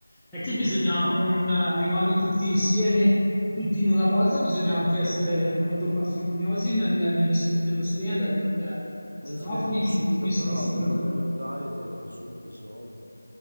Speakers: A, in the centre; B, on the right.
A: È che bisogna, con, arrivando tutti insieme, tutti in una volta, bisogna anche essere molto parsimoniosi nel- negli spe- nello spendere, perché sennò
B: Ma dici che arrivano
A: finisci-
B: subito,
A: finiscono
B: però
A: subito.
B: appena vai dal notaio ti arrivano subito i soldi.